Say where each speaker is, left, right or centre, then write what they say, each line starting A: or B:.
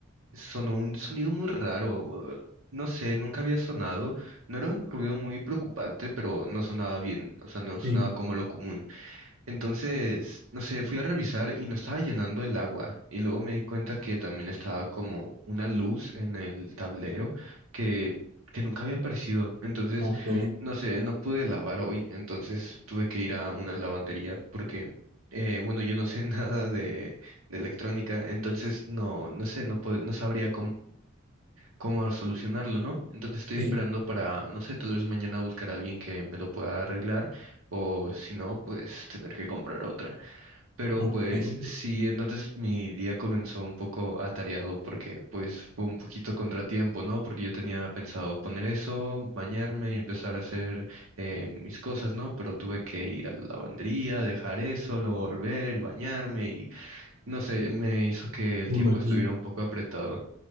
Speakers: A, on the right; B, on the right.
A: sonó un sonido muy raro. eh, No sé, nunca había sonado. No era un ruido muy preocupante, pero no sonaba bien. O sea, no sonaba
B: Sí,
A: como lo común. Entonces, no sé, fui a revisar y no estaba llenando el agua. Y luego me di cuenta que también estaba como una luz en el tablero que, que nunca había aparecido. Entonces,
B: ok,
A: no sé, no pude lavar hoy. Entonces tuve que ir a una lavandería porque, eh, bueno, yo no sé <laughs> nada de, de electrónica. Entonces, no, no sé, no, pod- no sabría cómo solucionarlo, ¿no? Entonces estoy
B: sí,
A: esperando para, no sé, tal vez mañana buscar a alguien que me lo pueda arreglar o si no, pues tener que comprar otra. Pero
B: ok,
A: pues sí, entonces mi día comenzó un poco atareado porque pues fue un poquito contratiempo, ¿no? Porque yo tenía pensado poner eso, bañarme y empezar a hacer eh, mis cosas, ¿no? Pero tuve que ir a la lavandería, dejar eso, luego volver, bañarme y no sé, me hizo que el
B: me
A: tiempo
B: imagino.
A: estuviera un poco apretado.